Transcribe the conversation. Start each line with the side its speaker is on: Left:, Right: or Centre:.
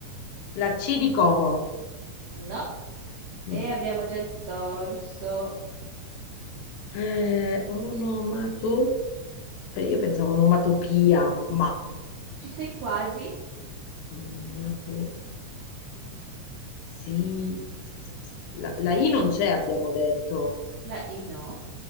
Left: La C di Como.
Right: No,
Left: Mi.
Right: e abbiamo già il torso.
Left: Eh, onomato, beh, io pensavo onomatopia, ma
Right: Ci sei quasi?
Left: onomato, Sì, s- s- s- la, la I non c'è, abbiamo detto.
Right: La I no?